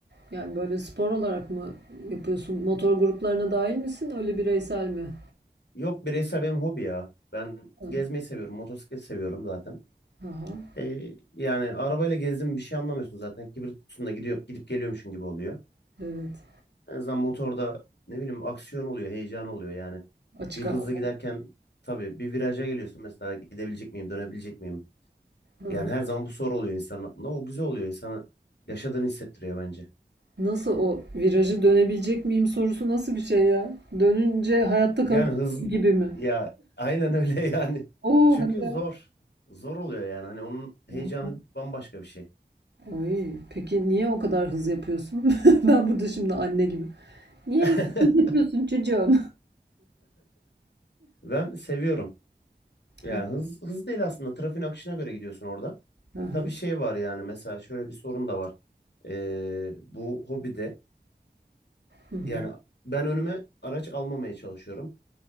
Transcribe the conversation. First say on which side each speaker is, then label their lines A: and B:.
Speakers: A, on the right; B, on the left.
A: yani böyle spor olarak mı yapıyorsun? Motor gruplarına dahil misin? Öyle bireysel mi?
B: Yok bireysel benim hobi ya. Ben
A: Ha,
B: gezmeyi seviyorum. Motosiklet seviyorum zaten.
A: Aha,
B: Ee, yani arabayla gezdim bir şey anlamıyorsun zaten. Kibrit kutusunda gidiyor, gidip geliyormuşsun gibi oluyor.
A: evet.
B: En azından motorda ne bileyim aksiyon oluyor, heyecan oluyor yani.
A: Açık
B: Bir hızlı
A: hava.
B: giderken tabii bir viraja geliyorsun mesela gidebilecek miyim, dönebilecek miyim?
A: Aha.
B: Yani her zaman bu soru oluyor insanın aklında. O güzel oluyor. İnsanı yaşadığını hissettiriyor bence.
A: Nasıl o virajı dönebilecek miyim sorusu nasıl bir şey ya? Dönünce hayatta
B: Yani
A: kalacak
B: hız
A: şey gibi mi?
B: ya aynen öyle <laughs> yani.
A: Oo
B: Çünkü
A: hadi.
B: zor. Zor oluyor yani. Hani onun heyecanı
A: ya.
B: bambaşka bir şey.
A: Ay, peki niye o kadar hız yapıyorsun? <laughs> Ben burada şimdi anne gibi. Niye
B: <laughs>
A: hız yapıyorsun çocuğum?
B: Ben seviyorum. Yani
A: <laughs>
B: hız hız değil aslında. Trafiğin akışına göre gidiyorsun orada.
A: Hı hı.
B: Tabii şey var yani mesela şöyle bir sorun da var. Ee, bu hobide
A: Hı hı.
B: yani ben önüme araç almamaya çalışıyorum.